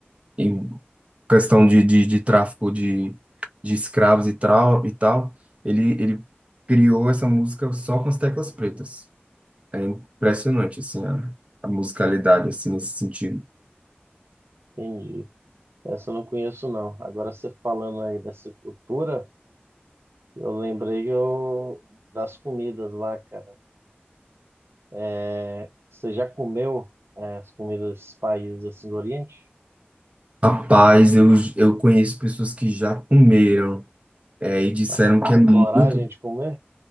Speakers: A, on the right (about 30°); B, on the right (about 80°).
A: em questão de, de, de tráfico de, de escravos e tal, e tal, ele, ele criou essa música só com as teclas pretas. É impressionante, assim, a, a musicalidade, assim, nesse sentido.
B: entendi. Essa eu não conheço, não. Agora você falando aí dessa cultura, eu lembrei que eu, das comidas lá, cara. É, você já comeu é, as comidas desses países assim do Oriente?
A: Rapaz, eu, eu conheço pessoas que já comeram, é, e disseram
B: Mas você
A: que
B: tem
A: é muito...
B: coragem de comer?